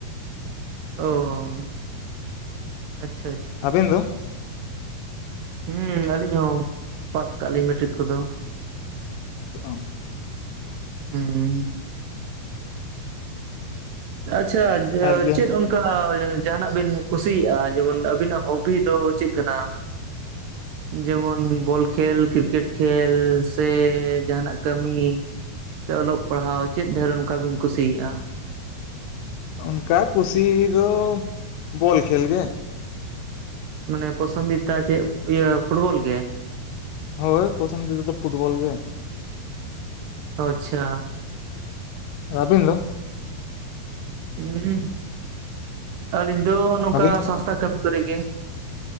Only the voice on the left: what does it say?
ᱟᱵᱤᱱ ᱫᱚ
ᱚ
ᱟᱨ ᱡᱮ
<inaudible>
ᱚᱱᱠᱟ ᱠᱩᱥᱤ ᱫᱚ ᱵᱚᱞ ᱠᱷᱮᱞ ᱜᱮ
ᱦᱳᱭ ᱯᱚᱥᱚᱱ ᱫᱤᱛᱟ ᱫᱚ ᱯᱷᱩᱴᱵᱚᱞ ᱜᱮ
ᱟᱵᱤᱱ ᱫᱚ
ᱟᱹᱵᱤᱱ